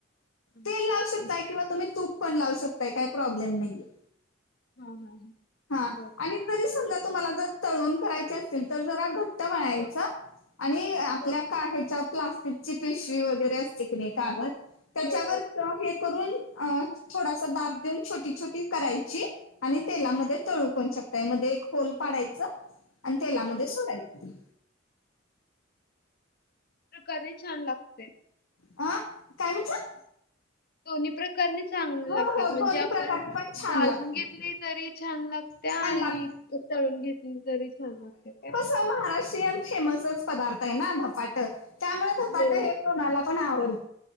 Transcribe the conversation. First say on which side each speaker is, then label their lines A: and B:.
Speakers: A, on the left; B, on the left.
A: हा
B: तेल लावू शकताय किंवा तुम्ही तूप पण लावू शकताय काही प्रॉब्लेम नाहीेये.
A: हा हा.
B: हा
A: बर
B: आणि जरी समजा तुम्हाला जर तळून करायचे असतील तर जरा घट्ट म्हळायच
A: हा,
B: आणि आपल्या
A: हो,
B: काढ्याच्या प्लास्टिकची पेशवी वगैरे असते की नाही कागद त्याच्यावर
A: हो.
B: हे करून थोडासा दाब देऊन छोटी छोटी करायची आणि तेलामध्ये तळूप
A: हा,
B: होन शकता या मध्ये एक होल पाडायचं आणि तेलामध्ये
A: हा, हा.
B: सोडायचं ते
A: प्रकारे छान लागते
B: अ काय म्हटलं
A: दोन्ही प्रकारे चांग
B: हो
A: लागतात
B: हो
A: म्हणजे
B: दोन्ही
A: आपण
B: प्रकारे पण छान
A: भाजून
B: लागत
A: घेतली तरी छान लागत्या
B: छान
A: आणि
B: लागत
A: उताळून घेतली तरी छान लागते काय
B: महाष्टय फेमसच पदार्थ आहे नापाट त्यामुळेपाट
A: हो
B: हे कोला पण आवड